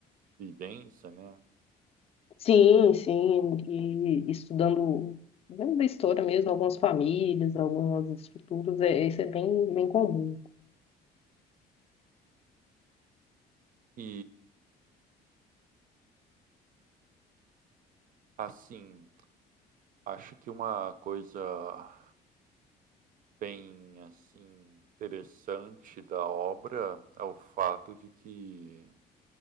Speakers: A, on the right; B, on the left.
A: vivência, né?
B: Sim, sim. E estudando, dentro da história mesmo, algumas famílias, algumas estruturas, é, isso é bem, bem comum.
A: E assim, acho que uma coisa bem assim interessante da obra é o fato de que